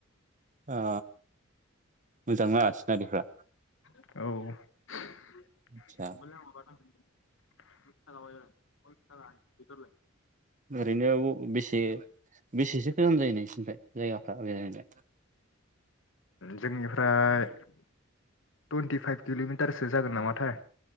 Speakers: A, on the right; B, on the left.
A: ओ मोजां ना सिनारिफ्रा?
B: औ <inaudible>
A: आदसा
B: ब <inaudible>
A: ओरैनो बेसे बेसेसो गोजान जायो नोंसिनिफ्राय? जायगाफ्रा बेरायनो?
B: जोंनिफ्राय टुइन्टि फाइभ किल'मिटारसो जागोन नामाथाय।